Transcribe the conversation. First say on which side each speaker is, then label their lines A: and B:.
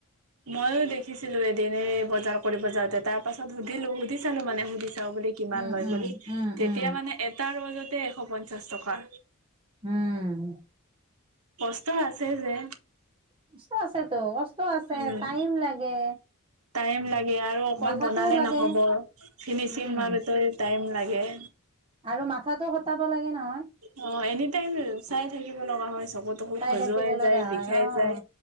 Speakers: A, on the right; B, on the right.
A: মইও দেখিছিলো এদিন বজাৰ কৰিব যাওতে তাৰ পাছত সুধিলো সুধি চালো মানে সুধি <unintelligible> বুলি কিমান
B: উম,
A: লয়
B: উম,
A: বুলি,
B: উম,
A: তেতিয়া
B: উম,
A: মানে এটা ৰ'জত তে এশ পঞ্চাছ টকা।
B: উম।
A: কষ্টও আছে যে।
B: কষ্ট আছেত কষ্ট আছ ছে
A: উম
B: টাইম লাগে
A: টাইম লাগে। আৰু অকল
B: মাথাটোও
A: বনালে
B: লাগে
A: নহ'ব ফিনিচিং
B: উম,
A: মাৰোতে টাইম লাগে।
B: আৰু মাথাতো খটাব লাগে নহয়।
A: অ এনি টাইম চাই থাকিব লগা হৈছে। চকু তকু
B: চাই
A: খজুৱাই
B: থাকিব লগা
A: যায়
B: হয়
A: বিষাই
B: অ',
A: যায়